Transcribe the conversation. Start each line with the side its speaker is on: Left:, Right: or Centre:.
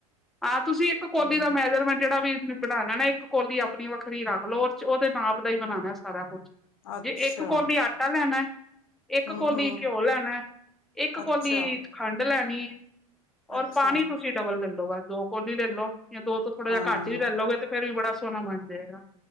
Centre: ਹਾਂ ਤੁਸੀਂ ਇੱਕ ਕੋਲੀ
Left: ਤੇ
Centre: ਦਾ ਮੈਜਰਮੈਂਟ ਜੇੜਾ ਵੀ ਬਣਾਨਾ ਨਾ ਇੱਕ ਕੋਲੀ ਆਪੀਨ ਵੱਖਰੀ ਰੱਖ ਲੋ, ਔਰ ਚ ਔਦੇ ਨਾਪ ਦਾ ਹੀ ਬਨਾਨਾ ਏ ਸਾਰਾ ਕੁੱਛ।
Left: ਅੱਛਾ
Centre: ਜੇ ਇੱਕ ਕੋਲੀ ਆਟਾ ਲੈਨਾ ਇੱਕ
Left: ਹਮ
Centre: ਕੋਲੀ
Left: ਹਮ
Centre: ਘਿਓ ਲੈਨੈ, ਇੱਕ
Left: ਅੱਛਾ
Centre: ਕੋਲੀ ਖੰਡ ਲੈਨੀ
Left: ਅੱਛਾ
Centre: ਔਰ ਪਾਨੀ ਤੁਸੀਂ ਡਬਲ ਲੇ ਲੋ ਬਸ ਦੋ ਕੋਲੀ ਲੇ ਲੋ ਯਾਂ ਦੋ ਤੋਂ ਥੋੜਾ ਯਆ
Left: ਹਾਂ
Centre: ਘਟ ਵੀ ਲੈਲੋਗੇ ਤੇ ਫੇਰ ਵੀ ਬੜਾ ਸੋਹਨਾ ਬਨ ਜਾਏਗਾ